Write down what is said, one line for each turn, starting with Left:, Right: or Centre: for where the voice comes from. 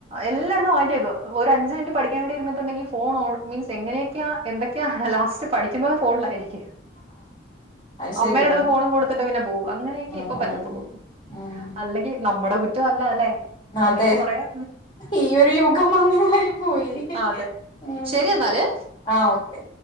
Right: എല്ലായിടത്തും മാറ്റിവക്കും ഒരു അഞ്ച് മിനിറ്റ് പഠിക്കാൻ വേണ്ടി ഇരുന്നിട്ടുണ്ടെിൽ ഫോൺ ഓൺ മീൻസ് എങ്ങനെയൊക്കെയാ എന്തൊക്കെയാ ലാസ്റ്റ് പഠിക്കുന്നത് ഫോണിലായിരിക്കും
Left: അത്
Right: അമ്മയുടെ
Left: ശരിയാണ്
Right: അടുത്ത് ഫോണും കൊടുത്തിട്ട് പിന്നെ പോവും അങ്ങനെയൊക്കെയേ
Left: ഉം
Right: ഇപ്പ പറ്റത്തുള്ളൂ
Left: ഉം ഉം
Right: അല്ലെങ്കിനമ്മടെ കുറ്റം അല്ലല്ലെ
Left: അതെ
Right: അങ്ങനേം പറയാ
Left: ഈ ഒരു യുഗം അങ്ങനെ ആയി പോയി
Right: ആ അതെ
Left: ഉം
Right: ശരിന്നാല്
Left: ആ ഓക്കെ.